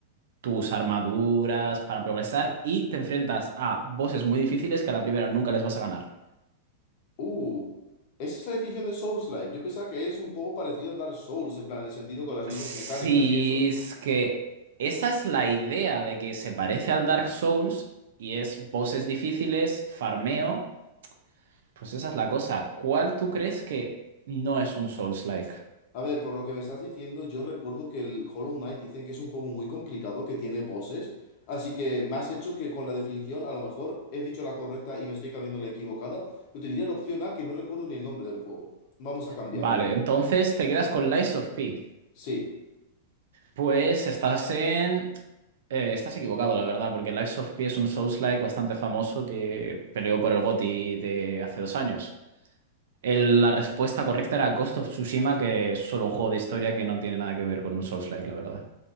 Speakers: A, on the right; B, on the left.
A: tus armaduras para progresar y te enfrentas a bosses muy difíciles que a la primera nunca les vas a ganar.
B: Uh, esa es la definición de Souls-like. Yo pensaba que es un juego parecido a Dark Souls, en plan, en el sentido con las mismas
A: Sí,
B: mecánicas y eso.
A: es que esa es la idea de que se parece al Dark Souls y es voces difíciles, farmeo. Pues esa es la cosa. ¿Cuál tú crees que no es un Souls-like?
B: A ver, por lo que me estás diciendo, yo recuerdo que el Hollow Knight dicen que es un juego muy complicado, que tiene bosses. Así que me has hecho que con la definición, a lo mejor he dicho la correcta y me estoy cambiando la equivocada. Pero te diría la opción A, que no recuerdo ni el nombre del juego. Vamos a cambiar,
A: Vale,
B: venga.
A: entonces te quedas con Lies of P.
B: Sí.
A: Pues estás en. eh, estás equivocado, la verdad, porque Lies of P es un Souls-like bastante famoso que peleó por el GOTY de hace dos años. El- la respuesta correcta era Ghost of Tsushima, que es solo un juego de historia que no tiene nada que ver con un Souls-like, la verdad.